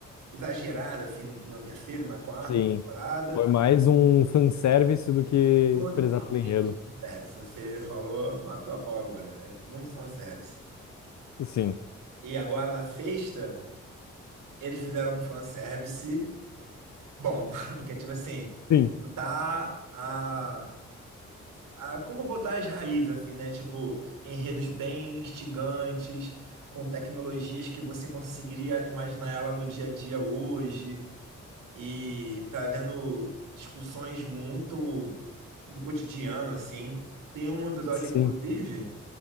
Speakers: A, on the right; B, on the left.
A: exagerada, assim, no- na terceira, e na quarta
B: sim.
A: temporada,
B: Foi mais um fanservice do que
A: Totalmente
B: prezar pelo enredo.
A: fanservice. Você falou, matou a pau agora. É muito fanservice.
B: Sim,
A: E agora na sexta, eles fizeram um fanservice bom. <laughs> Que é tipo assim,
B: sim,
A: voltar a, a. Como voltar às raízes, assim, né? Tipo, enredos bem instigantes, com tecnologias que você conseguiria imaginar ela no dia a dia hoje. E trazendo discussões muito do cotidiano, assim. Tem um episódio,
B: sim,
A: inclusive.